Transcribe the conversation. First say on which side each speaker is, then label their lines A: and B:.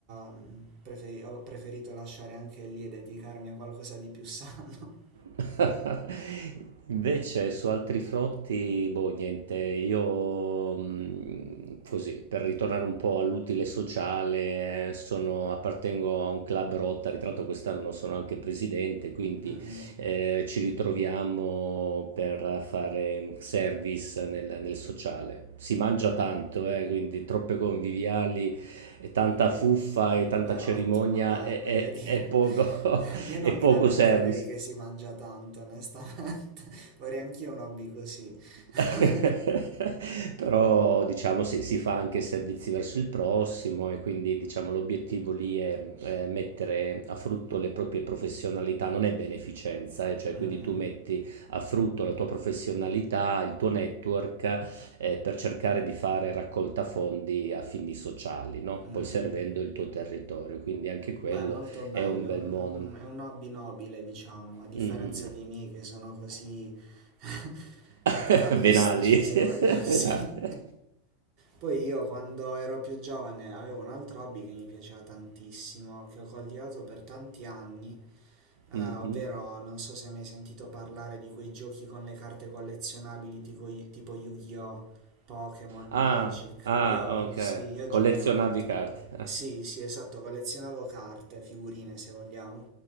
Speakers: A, on the right (about 50°); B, on the right (about 80°).
A: ehm, preferi- ho preferito lasciare anche lì e dedicarmi a qualcosa di più sano.
B: <laughs> Invece su altri fronti, boh, niente, io mh, così, per ritornare un po' all'utile sociale, sono, appartengo a un club Rotary, tra l'altro quest'anno sono anche presidente, quindi
A: <laughs> Mm-mm.
B: eh, ci ritroviamo per fare service nel, nel sociale. Si mangia tanto, eh, quindi troppe conviviali, e tanta fuffa e tanta
A: Beh,
B: cerimonia
A: ottimo, dai,
B: e,
A: voglio
B: e
A: dire.
B: e poco,
A: <laughs>
B: <laughs>
A: Io non
B: e
A: mi
B: poco
A: lamenterei
B: service.
A: che si mangia tanto, onestamente. <laughs> Vorrei anch'io un hobby così. <laughs>
B: <laughs> Però diciamo si si fa anche servizi verso il prossimo e quindi diciamo l'obiettivo lì è, eh, mettere a frutto le proprie professionalità, non è beneficenza, eh, cioè
A: Mm-mm,
B: quindi tu metti a frutto la tua professionalità, il tuo network eh, per cercare di fare raccolta fondi a fini sociali, no?
A: mm-mm.
B: Poi servendo il tuo territorio, quindi anche quello
A: Beh, molto bello,
B: è un
A: è
B: bel
A: un,
B: modo.
A: mm, è un hobby nobile, diciamo, a differenza
B: Mm, mm, mm.
A: dei miei che sono così <laughs>
B: <laughs>
A: capitalistici,
B: Venali. <laughs>
A: se vogliamo, <laughs> sì.
B: Venali.
A: Poi io quando ero più giovane avevo un altro hobby che mi piaceva tantissimo, che ho coltivato per tanti anni, eh,
B: Mhm.
A: ovvero, non so se hai mai sentito parlare di quei giochi con le carte collezionabili tipo, tipo Yu-Gi-Oh, Pokémon,
B: Ah,
A: Magic.
B: ah,
A: Io,
B: ok.
A: sì, io ho
B: Collezionavi
A: giocato molto.
B: carte. Eh.
A: Sì, sì, esatto, collezionavo carte, figurine se vogliamo,